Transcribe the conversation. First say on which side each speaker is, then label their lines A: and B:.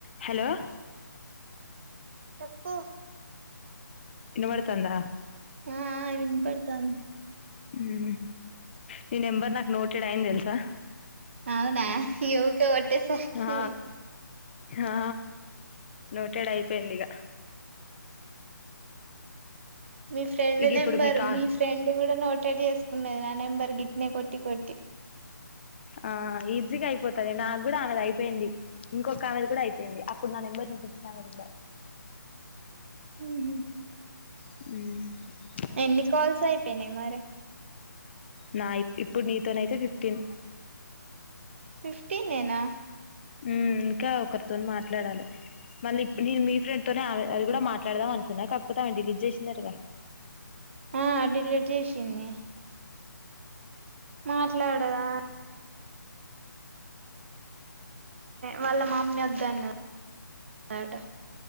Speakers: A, on the left; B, on the right.
A: హలో
B: చెప్పు
A: ఇనబడుతందా
B: ఆ ఆ వినపడతాంది
A: ఊ నీ నెంబర్ నాకు నోటెడ్ అయింది తెలుసా
B: అవునా ఇగ ఊకె కొట్ ట్టే సరికి
A: ఆ ఆ నోటేడ్ అయిపోయింది ఇగ
B: మీ ఫ్రెండ్
A: ఇక
B: నెంబర్
A: ఇప్పుడు మీకు
B: మీ ఫ్రెండ్ కూడా నోటెడ్ చేసుకున్నది నా నెంబర్. గిట్నే కొట్టి కొ
A: ఆ ఈజీగా అయిపోతది నాకు కూడా ఆమెది అయిపోయింది ఇంకొక ఆమెది కూడా అయిపోయింది అప్పుడు నా నెంబర్ నీకు ఇచ్చిన ఆమెది కూడా.
B: ఉహు
A: ఉం
B: ఎన్ని కాల్స్ అయిపోయినయ్ మరి
A: నాయ్ ఇప్పుడు నీతోనయితే ఫిఫ్టీన్
B: ఫిఫ్టీన్ ఏనా
A: ఉం ఇంకా ఒకరితోని మాట్లాడాలి మళ్ళీ నేను మీ ఫ్రెండ్ తోనే అది కూడా మాట్లాడదాం అనుకున్నా కాకపోతే ఆమె డిలీట్ చేసిందటగా.
B: ఆ డిలీట్ చేసింది మాట్లాడదా వాళ్ళ మామ్మీ వద్దన్నట